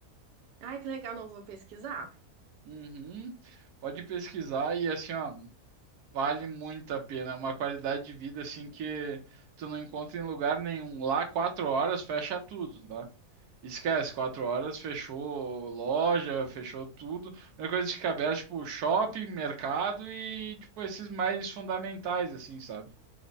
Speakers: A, on the right (about 85°); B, on the right (about 70°).
A: Ai, que legal, não vou pesquisar.
B: Uhum. Pode pesquisar e assim, ó, vale muito a pena. É uma qualidade de vida assim que tu não encontra em lugar nenhum. Lá, quatro horas fecha tudo, tá? Esquece, quatro horas fechou loja, fechou tudo. A única coisa que fica aberta, é, tipo, shopping, mercado e tipo esses mais fundamentais, assim, sabe?